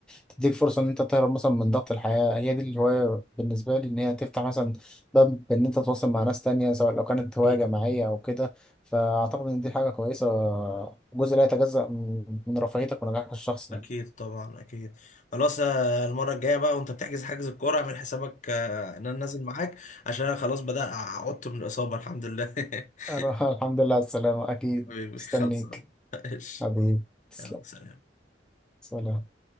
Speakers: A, in the centre; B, on the left.
A: تديك فرصه ان انت تهرب مثلا من ضغط الحياه هي دي الهوايه بالنسبه لي ان هي تفتح مثلا باب ان انت تتواصل مع ناس تانية سواء لو كانت هوايه
B: أكيد.
A: جماعيه او كده فاعتقد ان دي حاجه كويسه جزء لا يتجزأ من من رفاهيتك ونجاحك الشخصي
B: اكيد
A: يعني
B: طبعا اكيد خلاص آه، المره الجايه بقى وانت بتحجز حجز الكوره اعمل حسابك آه، ان انا نازل معاك عشان انا خلاص بدأ عدت من الاصابه الحمد لله <laughs>
A: <laughs> الحمد لله على السلامه اكيد
B: حبيبي
A: مستنيك
B: خلصان <laughs> ماشي.
A: حبيبي تسلم
B: يلا سلام
A: سلام